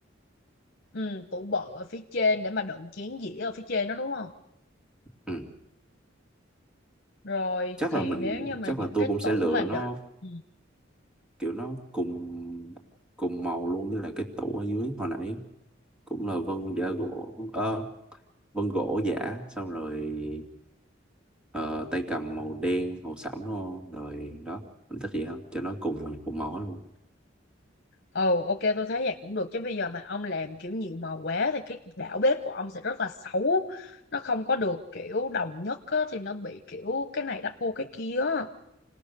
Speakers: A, on the left; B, in the centre.
A: Ừ, tủ bự ở phía trên để mà đựng chén dĩa ở phía trên đó đúng không?
B: ừ.
A: Rồi
B: chắc
A: thì
B: là mình
A: nếu như mà
B: chắc
A: những
B: là tôi
A: cái
B: cũng sẽ
A: tủ
B: lựa
A: mà
B: nó
A: đựng Ừ,
B: kiểu nó cùng cùng màu luôn với lại cái tủ ở dưới hồi nãy cũng là vân giả gỗ ờ, vân gỗ giả xong rồi ờ, tay cầm màu đen màu sẫm đúng không rồi đó mình thích gì không cho nó cùng cùng màu hết luôn
A: Ừ, ok tôi thấy vậy cũng được chứ bây giờ mà ông làm kiểu nhiều màu quá thì cái đảo bếp của ông sẽ rất là xấu. Nó không có được kiểu đồng nhất á, thì nó bị kiểu cái này đắp vô cái kia. á.